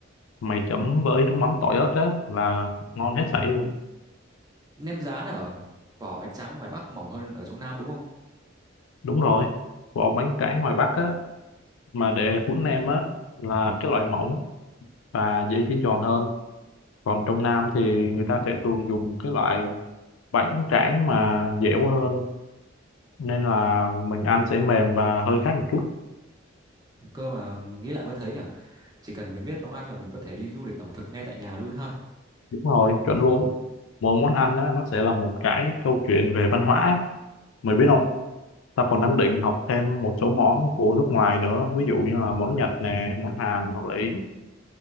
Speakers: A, on the left; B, on the right.
A: mày chấm với nước mắm tỏi ớt á là ngon hết sảy luôn
B: nem rán ở vỏ bánh tráng ngoài Bắc mỏng hơn ở trong Nam đúng không
A: đúng rồi vỏ bánh tráng ngoài Bắc á mà để cuốn nem á là cái loại mỏng và dễ chiên giòn hơn còn trong Nam thì người ta sẽ thường dùng cái loại bánh tráng mà dẻo hơn nên là mình ăn sẽ mềm và hơi khác một chút
B: cơ mà nghĩ lại mới thấy nhở Chỉ cần mình biết nấu ăn là mình có thể đi du lịch ẩm thực ngay tại nhà luôn ha.
A: đúng rồi chuẩn luôn mỗi món ăn á, nó sẽ là một cái câu chuyện về văn hóa mày biết không ta còn đang định học thêm một số món của nước ngoài nữa ví dụ như là món Nhật nè món Hàn hoặc là Ý